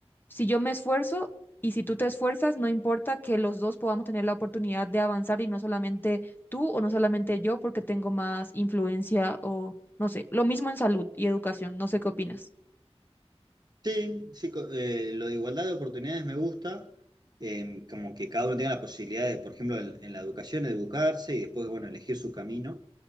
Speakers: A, on the left (about 20°); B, on the right (about 40°).
A: Si yo me esfuerzo y si tú te esfuerzas, no importa que los dos podamos tener la oportunidad de avanzar y no solamente tú o no solamente yo porque tengo más influencia o no sé, lo mismo en salud y educación, no sé qué opinas.
B: Sí, sí, co- eh, lo de igualdad de oportunidades me gusta, em, como que cada uno tenga la posibilidad de, por ejemplo, en, en la educación, educarse y después, bueno, elegir su camino.